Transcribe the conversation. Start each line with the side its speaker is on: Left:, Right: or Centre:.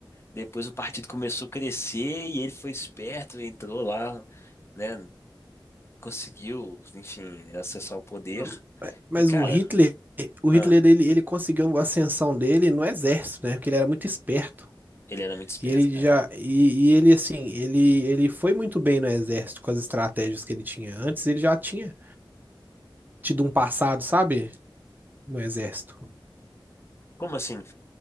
Left: Depois o partido começou a crescer e ele foi esperto, entrou lá, né? Conseguiu, enfim, acessar o poder.
Right: Não, Mas
Left: E, cara,
Right: o Hitler, o Hitler
Left: ah,
Right: ele, ele conseguiu a ascensão dele no exército, né? Porque ele era muito esperto.
Left: ele era muito esperto,
Right: E ele
Left: cara.
Right: já e, e ele assim, ele ele foi muito bem no exército com as estratégias que ele tinha. Antes ele já tinha tido um passado, sabe? No exército.
Left: Como assim?